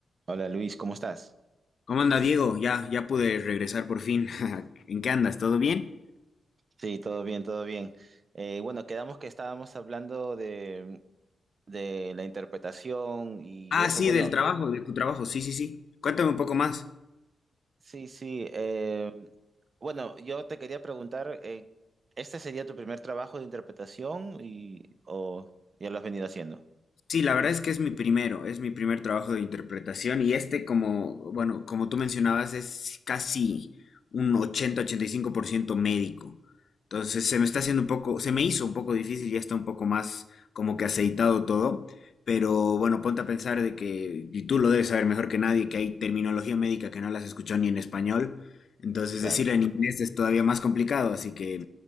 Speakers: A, on the right (about 40°); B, on the left (about 55°).
A: Hola Luis, ¿cómo estás?
B: ¿Cómo anda Diego? Ya, ya pude regresar por fin. <laughs> ¿En qué andas? ¿Todo bien?
A: Sí, todo bien, todo bien. Eh, bueno, quedamos que estábamos hablando de, de la interpretación y
B: Ah,
A: eso.
B: sí,
A: Bueno,
B: del trabajo, de tu trabajo. Sí, sí, sí. Cuéntame un poco más.
A: sí, sí. eh, bueno, yo te quería preguntar, eh, ¿este sería tu primer trabajo de interpretación y o ya lo has venido haciendo?
B: Sí, la verdad es que es mi primero, es mi primer trabajo de interpretación y este como, bueno, como tú mencionabas, es casi un ochenta ochenta y cinco por ciento médico. Entonces se me está haciendo un poco, se me hizo un poco difícil, ya está un poco más como que aceitado todo, pero bueno, ponte a pensar de que, y tú lo debes saber mejor que nadie, que hay terminología médica que no las escuchado ni en español, entonces
A: Claro.
B: decirla en inglés es todavía más complicado, así que